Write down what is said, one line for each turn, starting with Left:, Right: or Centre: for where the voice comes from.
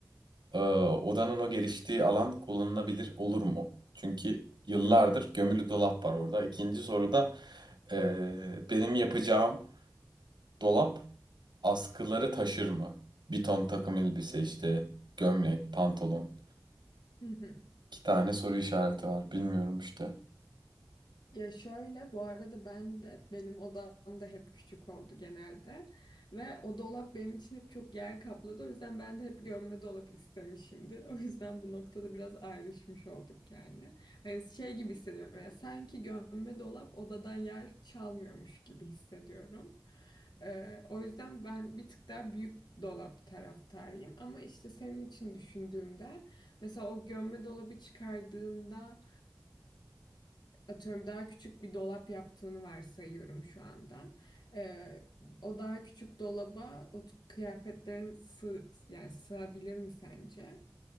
Right: e, odanın o geliştiği alan kullanılabilir olur mu? Çünkü yıllardır
Left: hı hı,
Right: gömülü dolap var orada. İkinci soruda e, benim yapacağım dolap askıları taşır mı? Bir ton takım elbise işte, gömlek, pantolon.
Left: hı hı.
Right: İki tane soru işareti var. Bilmiyorum işte.
Left: Ya şöyle, bu arada ben de benim odam da hep küçük oldu genelde ve o dolap benim için hep çok yer kapladı. O yüzden ben de hep gömme dolap istemişimdir. O yüzden bu noktada biraz ayrışmış olduk yani. Hani şey gibi hissediyorum ya sanki gömme dolap odadan yer çalmıyormuş gibi hissediyorum. Ee, o yüzden ben bir tık daha büyük dolap taraftarıyım ama işte senin için düşündüğümde mesela o gömme dolabı çıkardığında atıyorum daha küçük bir dolap yaptığını varsayıyorum şu anda. Ee, o daha küçük dolaba o t- kıyafetlerin sığ, yani sığabilir mi sence?